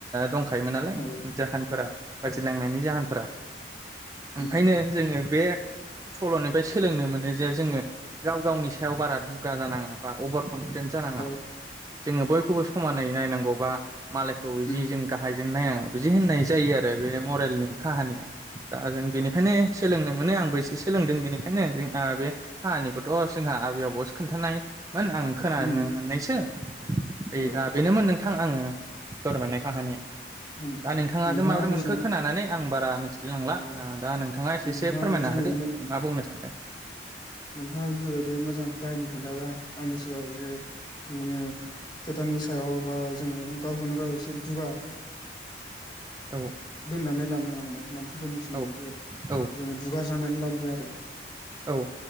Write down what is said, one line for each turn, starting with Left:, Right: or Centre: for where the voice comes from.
Right: दंखायोमोन नालाय
Left: औ उम औ
Right: जाहोनफोरा बाथिलांनायनि
Left: औ
Right: जाहोनफोरा ओंखायनो
Left: उम
Right: जोङो बे सल'निफ्राय सोलोंनो मोनो जे जोङो गाव गावनि सायाव बारा दुगा जानाङा बा अबार कनफिदेन्ट जानाङा
Left: औ औ
Right: जोङो बयखौबो समानै नायनांगौबा मालायखौ जि
Left: उम
Right: जों गाहायजों नायनाङा बिदि होननाय जायो आरो बे मरेलनि काहानिया दा जों बेनिफ्रायनो सोलोंनो मोनो आंबो एसे सोलोंदों बेनिखायनो जों बे काहानिखौथ' जोंहा आबै आबावसो खोन्थानाय मोन आं खोनानो
Left: उम
Right: मोननायसो ओइ
Left: औ
Right: दा बेनोमोन नोंथां आङो फोरमायनाय काहानिया
Left: उम
Right: दा नोंथाङासो
Left: नोंथाङा
Right: माबोरै
Left: नोंसो
Right: मोनखो खोनानानै आं बारा मिथिलायलांला
Left: ओ
Right: दा नोंथाङा एसे
Left: नोंथाङा
Right: एसे फोरमायना
Left: जि
Right: होदो
Left: मो
Right: मा बुंनो सानदों
Left: नोंथाङा जिेबायदि मोजां काहिनि खोन्थाबाय आंनि सिगाङ जे जोङो खोथ नि सायाव बा जोङो गावखौनो गाव एसे दुगा
Right: औ
Left: दोननानै लानाङा माने मानसिफोरनि सिगाङाव
Right: औ
Left: जे
Right: औ
Left: जोङो दुगा बुंनानै लाब गैया आरो
Right: औ